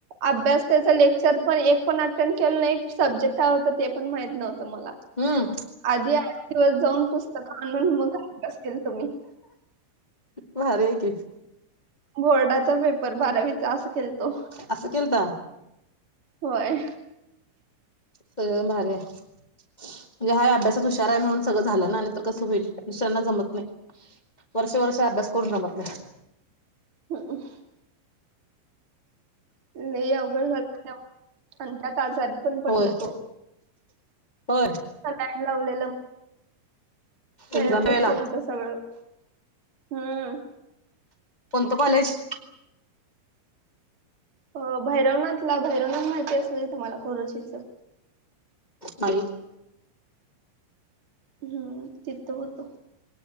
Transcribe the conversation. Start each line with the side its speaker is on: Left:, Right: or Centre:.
Right: अभ्यास त्याच लेक्चर पण एक पण अटेंड केलं नाही सब्जेक्ट काय होत ते पण माहीत नव्हतं मला.
Left: हम्म
Right: आधी आठ दिवस जाऊन पुस्तकं आणून मग आभ्यास केलतो मी.
Left: भारी आहे की.
Right: बोर्डाचा पेपर बारावीत. जा आस केलतो
Left: असं केलता
Right: व्हय.
Left: तु गण भारी हाय. म्हणजे हाय अभ्यासात हुशार आहे म्हणून सगळं झालं ना, नाही तर कसं होईल दुसऱ्यांना जमत नाही. वर्ष वर्ष अभ्यास करून जमत नाही.
Right: ह <unintelligible> लय अवघड झालं ते <unintelligible> आणि त्यात आजारी. पण पटल
Left: होय
Right: तो
Left: होय
Right: का लाईन लावलेलं. त्याज्यातच
Left: एक्झाम वेळेला
Right: केलत सगळं हम्म.
Left: कोणतं कॉलेज?
Right: हो भैरवनाथला भैरवनाथ माहिती अस नही तुम्हाला खुरचीच.
Left: नाही.
Right: हम्म तिथ होतो.